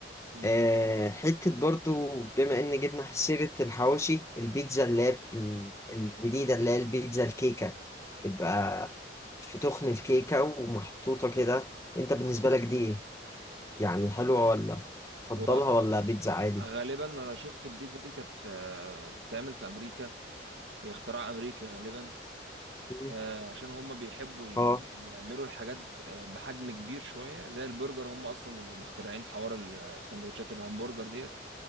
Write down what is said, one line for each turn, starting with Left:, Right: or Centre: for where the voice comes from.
Right: امم
Left: آه، حتة برضو بما إن جبنا سيرة الحواوشي البيتزا اللي هي ال- الجديدة اللي هي البيتزا الكيكة تبقى في تخن الكيكة ومحطوطة كده أنت بالنسبة لك دي إيه؟ يعني حلوة ولا تفضلها
Right: هو
Left: ولا بيتزا عادي؟
Right: غالبا انا شفت البيتزا دي كانت آه، بتتعمل في امريكا هي اختراع امريكي غالبا
Left: مم.
Right: آه، عشان هم بيحبوا ي-
Left: اه
Right: يعملوا الحاجات آه، بحجم كبير شويه زي البرجر هم اصلا اللي مخترعين حوار السندوتشات الهمبرجر ديت